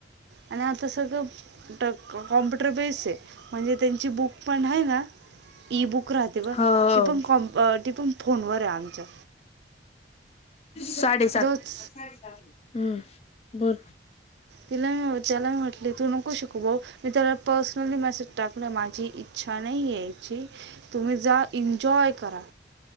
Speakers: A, on the right; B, on the left.
A: आणि आता सगळं कॉम्प्युटर बेस्ड आहे. म्हणजे त्यांची बुक पण आहे ना ई बुक राहते ब
B: हो
A: ती पण कॉमप ती पण फोनवर आहे आमच्या.
B: साडेसात.
A: जवच
B: बसणार आहेस का? हम्म बर.
A: तिला म त्याला मी म्हटले तू नको शिकू भाऊ मी त्याला पर्सनली मेसेज टाकलं माझी इच्छा नाही यायची तुम्ही जा इन्जॉय करा.